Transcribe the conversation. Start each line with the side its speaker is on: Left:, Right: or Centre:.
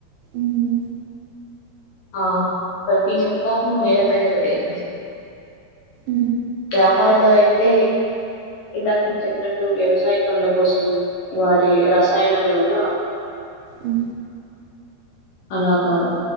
Right: ఉహు
Left: ఆ ప్రతీ చెత్తనూ నేల పైనే గదా వేసేస్తున్
Right: అ
Left: అమలో అయితే ఇందాక మీరు చెప్పినట్టు వ్యవసాయ పనుల కోసం వాడే రసాయనాల వల్ల
Right: మ్మ్.
Left: అలాగా